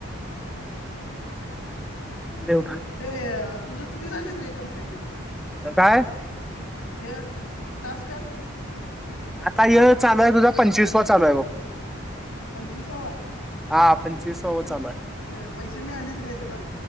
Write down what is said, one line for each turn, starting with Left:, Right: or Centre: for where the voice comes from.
Left: हा
Centre: देव
Left: ते तुझ किती झालीत रे कमप्लीट?
Centre: काय
Left: हे टास्क
Centre: आता य चालू आहे तुझा पंचवीस वा चालू आहे बघ
Left: पंचवीसावा
Centre: हा पंचवीसावा चालू आहे
Left: मग पैसे मिळालेत काय तुला?